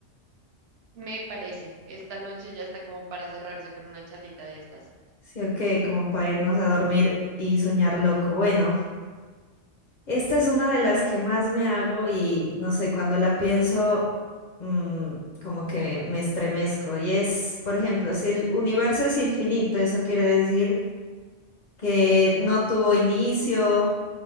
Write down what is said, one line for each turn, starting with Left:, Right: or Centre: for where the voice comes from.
Right: Me parece, esta noche ya está como para cerrarse con una charlita de estas.
Left: Sí, ok, como para irnos a dormir y soñar loco. Bueno, Esta es una de las que más me hago y no sé, cuando la pienso, mm, como que me estremezco. Y es, por ejemplo, si el universo es infinito, eso quiere decir que no tuvo inicio,